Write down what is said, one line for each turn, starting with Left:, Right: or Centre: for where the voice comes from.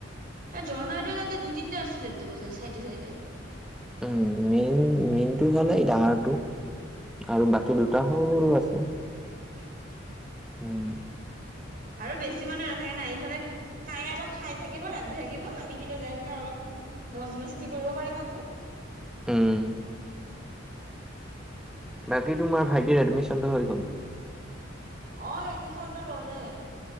Right: ঝৰ্ণাৰটো তাতে দুই তিনিটা আছিল ত ব চাইডে চাইডে
Centre: উম মেইন মেইনটো হলে এই ডাঙৰটো আৰু বাকী
Right: অ
Centre: দুটা স সৰু আছে
Right: উ
Centre: উম
Right: আৰু বেছি মানুহ নাথাকে না আহিফালে কাইব খাই থাকিব ৰান্ধি থাকিব আমি কেতিয়া যে এনকে অলপ মজমস্তি কৰিব পাৰিম আকৌ
Centre: হম বাকী তোমাৰ ভাইটিৰ এডমিনটো হৈ গ'ল
Right: অ এডমিচনটো ললে